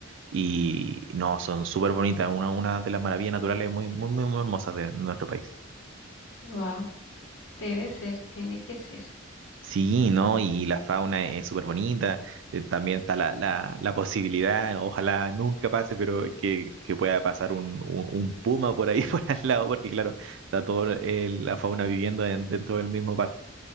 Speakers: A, on the right (about 65°); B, on the left (about 80°).
A: y no, son súper bonitas, una, una de las maravillas naturales muy, muy, muy, muy hermosas de nuestro país.
B: Wow, debe ser, tiene que ser.
A: Sí, ¿no? Y la fauna es súper bonita. eh, También está la, la, la posibilidad, ojalá nunca pase, pero que, que pueda pasar un, un, un puma por ahí, <laughs> por al lado, porque claro, está toda la fauna viviendo en- dentro del mismo parque.